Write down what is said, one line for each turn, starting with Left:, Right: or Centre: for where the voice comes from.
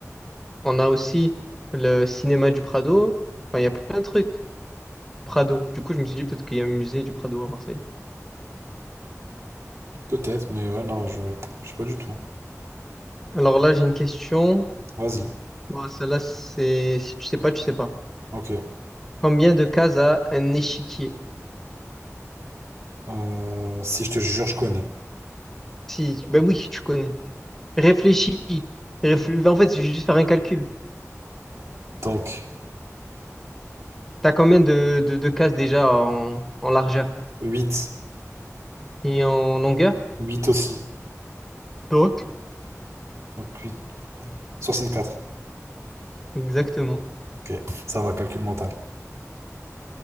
Centre: On a aussi le cinéma du Prado. Enfin, il y a plein de trucs. Prado. Du coup, je me suis dit peut-être qu'il y a un musée du Prado à Marseille.
Right: Peut-être, mais ouais, non, je, je sais pas du tout.
Centre: Alors là, j'ai une question.
Right: Vas-y.
Centre: Bon, celle-là, c'est si tu sais pas, tu sais pas.
Right: Ok.
Centre: Combien de cases a un échiquier?
Right: Euh, si je te jure, je connais.
Centre: Si, ben oui, tu connais. Réfléchis. Réfl- ben, En fait, je vais juste faire un calcul.
Right: Donc,
Centre: T'as combien de, de, de cases déjà en, en largeur
Right: 8,
Centre: et en longueur?
Right: 8 aussi.
Centre: Donc.
Right: Donc huit. Soixante-quatre.
Centre: Exactement.
Right: Ok, ça va, calcul mental.